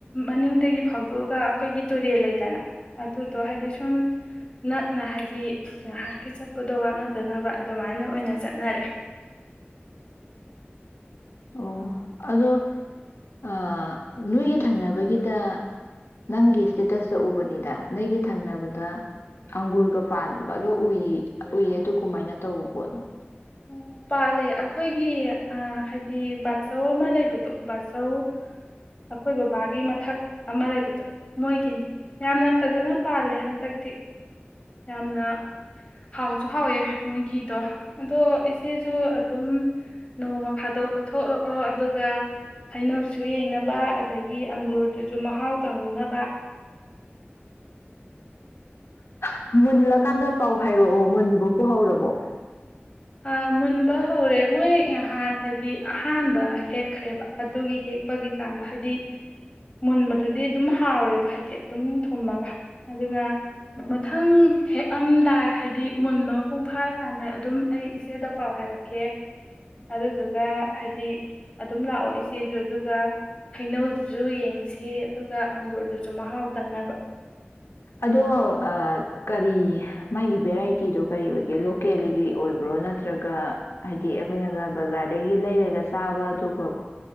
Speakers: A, on the left; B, on the left.
A: ꯃꯅꯤꯡꯗꯒꯤ ꯐꯥꯎꯗꯣꯛꯑꯒ ꯑꯈꯣꯏꯒꯤ ꯇꯨꯔꯦꯜ ꯂꯩꯗꯅ ꯑꯗꯨꯗꯣ ꯍꯥꯏꯗꯤ ꯁ ꯁꯨꯝ ꯅꯠꯅ ꯍꯥꯏꯗꯤ ꯉꯥꯏꯍꯥꯛꯀꯤ ꯆꯠꯄꯗꯣ ꯋꯥꯅꯗꯅꯕ ꯑꯗꯨꯃꯥꯏꯅ ꯑꯣꯏꯅ ꯆꯠꯅꯔꯦ
B: ꯑꯣ ꯑꯗꯣ ꯑ ꯅꯣꯏꯒꯤ ꯊꯪꯅꯕꯒꯤꯗ ꯅꯪꯒꯤ ꯏꯁꯇꯦꯇꯁꯇ ꯎꯕꯅꯤꯗ ꯅꯣꯏꯒꯤ ꯊꯪꯅꯕꯗ ꯑꯪꯒꯨꯔꯒ ꯄꯥꯟꯕꯒ ꯎꯏ ꯎꯏ ꯑꯗꯨ ꯀꯨꯃꯥꯏꯅ ꯇꯧꯕ ꯄꯣꯠꯅꯣ
A: ꯎꯝ ꯄꯥꯂꯦ ꯑ ꯈꯣꯏꯒꯤ ꯑ ꯍꯥꯏꯗꯤ ꯕꯥꯠꯆꯧ ꯑꯃ ꯂꯩꯕꯗꯣ ꯕꯥꯠꯆꯧ ꯑꯈꯣꯏ ꯕꯕꯥꯒꯤ ꯃꯊꯛ ꯑꯃ ꯂꯩꯕꯗꯣ ꯃꯣꯏꯒꯤꯟ ꯌꯥꯝꯅ ꯐꯖꯅ ꯄꯥꯜꯂꯦ ꯍꯟꯇꯛꯇꯤ ꯌꯥꯝꯅ ꯍꯥꯎꯖꯨ ꯍꯥꯎꯌꯦ ꯃꯣꯏꯒꯤꯗꯣ ꯑꯗꯣ ꯏꯆꯦꯖꯨ ꯑꯗꯨꯝ ꯅꯣꯡꯃ ꯐꯥꯗꯣꯛ ꯀꯣꯏꯊꯣꯛꯔꯣꯛꯑꯣ ꯑꯗꯨꯒ ꯍꯩꯅꯧꯁꯨ ꯌꯦꯡꯅꯕ ꯑꯗꯒꯤ ꯑꯪꯒꯨꯔꯗꯨꯁꯨ ꯃꯍꯥꯎ ꯇꯪꯅꯕ
B: ꯍ ꯃꯨꯜꯂꯀꯥꯟꯗ ꯄꯥꯎ ꯍꯥꯏꯔꯣꯛꯑꯣ ꯃꯨꯟꯕꯕꯨ ꯍꯧꯔꯕꯣ
A: ꯑ ꯃꯨꯟꯕ ꯍꯧꯔꯦ ꯃꯣꯏ ꯉꯍꯥꯟ ꯍꯥꯏꯗꯤ ꯑꯍꯥꯟꯕ ꯍꯦꯛꯈ꯭ꯔꯦꯕ ꯑꯗꯨꯒꯤ ꯍꯦꯛꯄꯒꯤꯀꯥꯟꯗ ꯍꯥꯏꯗꯤ ꯃꯨꯟꯕꯗꯨꯗꯤ ꯑꯗꯨꯝ ꯍꯥꯎꯋꯦꯕ ꯍꯥꯏꯗꯤ ꯑꯗꯨꯝ ꯊꯨꯝꯃꯒ ꯑꯗꯨꯅ ꯃꯊꯪ ꯍꯦꯛꯑꯝꯗꯥꯏ ꯍꯥꯏꯗꯤ ꯃꯨꯟꯕ ꯃꯄꯨꯡ ꯐꯥꯔꯀꯥꯟꯗ ꯑꯗꯨꯝ ꯑꯩ ꯏꯆꯦꯗ ꯄꯥꯎ ꯍꯥꯏꯔꯛꯀꯦ ꯑꯗꯨꯗꯨꯒ ꯍꯥꯏꯗꯤ ꯑꯗꯨꯝ ꯂꯥꯛꯑꯣ ꯏꯆꯦꯖꯨ ꯑꯗꯨꯒ ꯍꯩꯅꯧꯗꯨꯖꯨ ꯌꯦꯡꯁꯦ ꯑꯗꯨꯒ ꯑꯪꯒꯨꯔꯗꯨꯖꯨ ꯃꯍꯥꯎ ꯇꯪꯅꯕ
B: ꯑꯗꯣ ꯑ ꯀꯔꯤ ꯃꯥꯒꯤ ꯚꯦꯔꯥꯏꯇꯤꯗꯣ ꯀꯔꯤ ꯑꯣꯏꯒꯦ ꯂꯣꯀꯦꯜꯒꯤ ꯑꯣꯏꯕ꯭ꯔꯣ ꯅꯠꯇ꯭ꯔꯒ ꯍꯥꯏꯗꯤ ꯑꯈꯣꯏꯅꯒ ꯕꯖꯥꯔꯗꯒꯤ ꯂꯩꯔꯒ ꯆꯥꯕ ꯑꯗꯨꯒ ꯍ